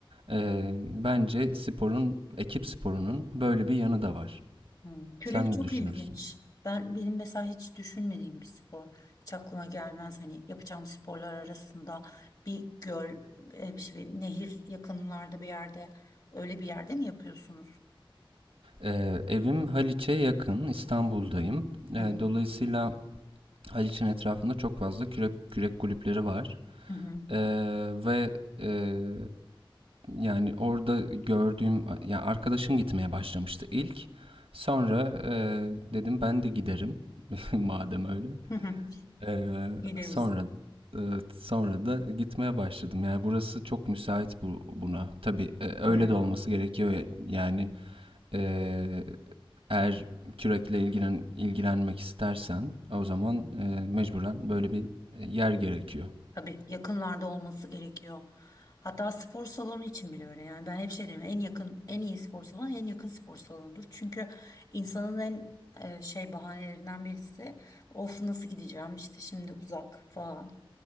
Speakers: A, on the right; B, on the left.
A: e, bence sporun, ekip sporunun böyle bir yanı da var.
B: Hmm, Kürek
A: Sen ne
B: çok
A: düşünürsün?
B: ilginç. Ben benim mesela hiç düşünmediğim bir spor. Hiç aklıma gelmez hani yapacağım sporlar arasında bir göl, e, bir şey, nehir yakınlarda bir yerde öyle bir yerde mi yapıyorsunuz?
A: Eee, evim Haliç'e yakın, İstanbul'dayım. Eee,
B: Hı hı.
A: dolayısıyla Haliç'in etrafında çok fazla kürek, kürek kulüpleri var.
B: Hı hı.
A: Eee, ve eee, yani orada gördüğüm, yani arkadaşım gitmeye başlamıştı ilk. Sonra eee, dedim ben de giderim <laughs> madem öyle.
B: Hı hı.
A: Eee,
B: <laughs> Gideriz.
A: sonra eee, sonra da gitmeye başladım. Yani burası çok müsait bu, buna. Tabii eee, öyle
B: Hı.
A: de olması gerekiyor. Yani ee, eğer kürekle ilgilen, ilgilenmek istersen o zaman e, mecburen böyle bir e, yer gerekiyor.
B: Tabii yakınlarda olması gerekiyor. Hatta spor salonu için bile öyle. Yani ben hep şey derim en yakın en iyi spor salonu en yakın spor salonudur. Çünkü insanın en e, şey bahanelerinden birisi of nasıl gideceğim işte şimdi uzak falan.